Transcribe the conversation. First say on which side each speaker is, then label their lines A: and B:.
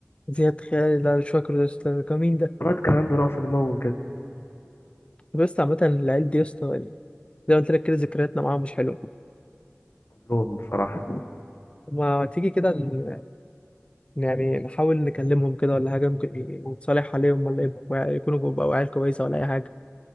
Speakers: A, on the left (about 25°); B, on the left (about 60°).
A: زياد خالد لا مش فاكر ده أصلاً. كان مين ده
B: الواد كان عنده نقص نمو كده
A: طب يا اسطى عامة العيال دي يا اسطى يعني زي ما قلت لك كده ذكرياتنا معاهم مش حلوة
B: كلهم بصراحة
A: ما تيجي كده ن- يعني نحاول نكلمهم كده ولا حاجة ممكن نتصالح عليهم ولا يبقوا يكونوا بقوا عيال كويسة ولا أي حاجة